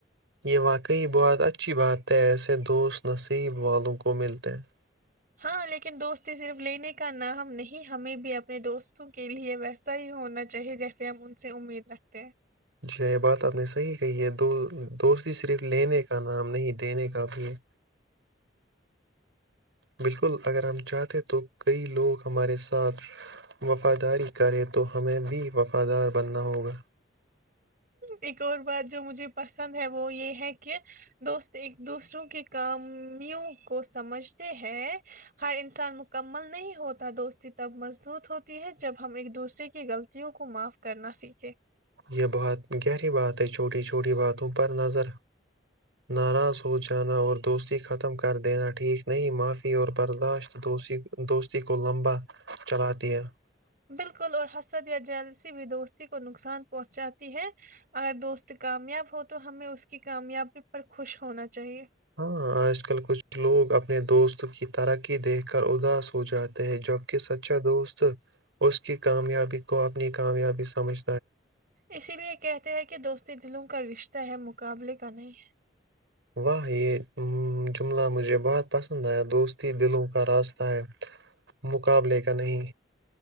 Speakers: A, on the right; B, on the right.
A: یہ واقعی بہت اچھی بات ہے ایس دوست نصیب والوں کو ملتے ہیں <unintelligible>
B: ہاں لیکن دوستی صرف لینے کا نام نہیں ہمیں بھی اپنے دوستوں <unintelligible> کے لیے ویسا ہی ہونا چاہیے جیسے ہم ان سے امید رکھتے ہیں <unintelligible>
A: جی یہ بات آپ نے صحیح کہی ہے دو دوستی صرف لینے کا نام نہیں دینے کا بھی ہے بالکل اگر ہم چاہتے تو کئی لوگ ہمارے ساتھ وفاداری کرے تو ہمیں بھی وفادار بننا ہوگا
B: ایک اور بات جو مجھے پسند ہے وہ یہ ہے کہ دوست ایک دوسروں کے کاموں کو سمجھتے ہیں ہر انسان مکمل نہیں ہوتا دوستی تب مضبوط ہوتی ہے جب ہم ایک دوسرے کی غلطیوں کو معاف کرنا سیکھے
A: یہ بہات گہری بات ہے چھوٹی چھوٹی باتوں پر نظر ناراض ہو جانا اور دوستی ختم کر دینا ٹھیک نہیں معافی اور برداشت دوستی دوستی کو لمبا چلات دیا <unintelligible>
B: بالکل اور حسد یا جیلسی بھی دوستی کو نقصان پہنچاتی ہے اگر دوست کامیاب ہو تو ہمیں اس کی کامیابی پر خوش ہونا چاہیے
A: ہاں آج کل کچھ لوگ اپنے دوست کی ترقی دیکھ کر اداس ہو جاتے ہیں جبک سچا دوست اس کی کامیابی کو اپنی کامیابی سمجھ
B: اسی لیے کہتے ہیں کہ دوستی دلوں کا رشتہ ہے مقابلے ت نہیں <unintelligible>
A: واہ یہ جملہ مجھے بہت پسند آیا دوستی دلوں کا راستہ ہے مقابلے کا نہیں